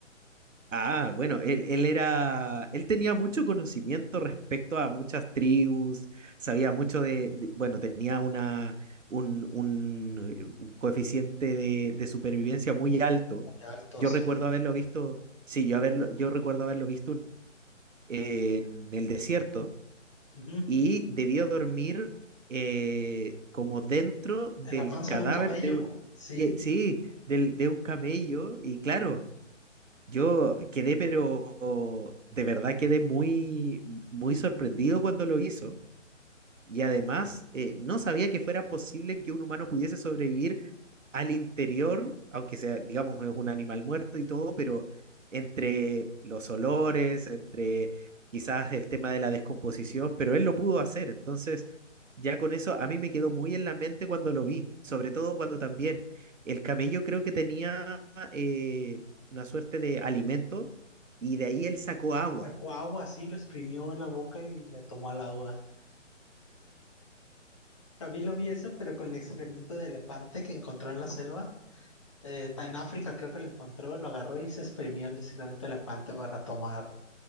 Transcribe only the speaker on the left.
Muy alto,
sí.
Ujú.
En la panza
de un camello,
sí.
Sacó agua así, lo exprimió en la boca y le tomó al agua. También lo vi eso, pero con excremento de elefante que encontró en la selva. Eh, ta- en África creo que lo encontró, lo agarró y se exprimió el excremento de elefante para tomar